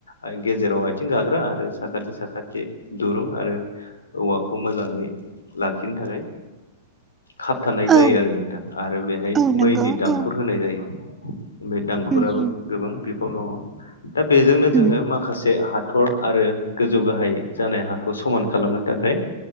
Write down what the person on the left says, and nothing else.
आइ गेजेराव आथिं गाग्रा आरो साखाथि साखाथि दुरुं आरो औवाखौ मोजाङै लाखिनो थाखाय खाबथानाय
जायो आरो नोंथां आरो बेहाय
मैनि दांखुर
होनाय जायो। बे दांखुराबो
गोबां बिफाव दङ दा बेजोंनो
जोङो माखासे हा थर आरो गोजौ गाहाय जानाय हाखौ समान खालामनो थाखाय